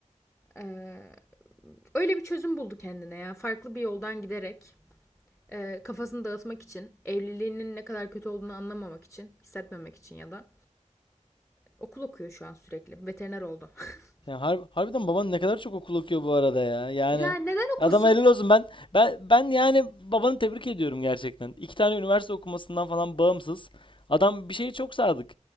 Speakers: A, in the centre; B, on the left.
A: Ee, öyle bir çözüm buldu kendine ya. Farklı bir yoldan giderek. e, kafasını dağıtmak için, evliliğinin ne kadar kötü olduğunu anlamamak için, hissetmemek için ya da okul okuyor şu an sürekli. Veteriner oldu. <laughs>
B: Ya har- harbiden baban ne kadar çok okul okuyor bu arada ya. Yani
A: Yani neden
B: adama
A: okursun?
B: helal olsun. Ben ben ben yani babanı tebrik ediyorum gerçekten. İki tane üniversite okumasından falan bağımsız. Adam bir şeye çok sadık.